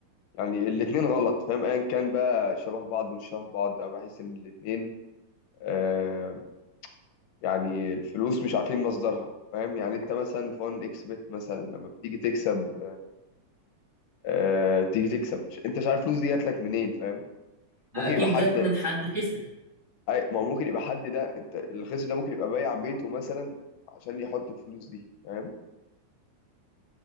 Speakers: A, on the left; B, on the right.
A: يعني الاتنين غلط فاهم ايا كان بقى شبه بعض مش شبه بعض أنا بحس ان الاتنين آه يعني الفلوس مش عارفين مصدرها فاهم يعني انت مثلا فون اكس بت مثلا لما بتيجي تكسب آه تيجي تكسب مش انت مش عارف الفلوس دي جات لك منين فاهم ممكن
B: اكيد
A: يبقى حد
B: جت من حد خسر
A: أي- ما هو ممكن يبقى حد ده انت الخسر ده ممكن يبقى بايع بيته مثلا عشان يحط الفلوس دي فاهم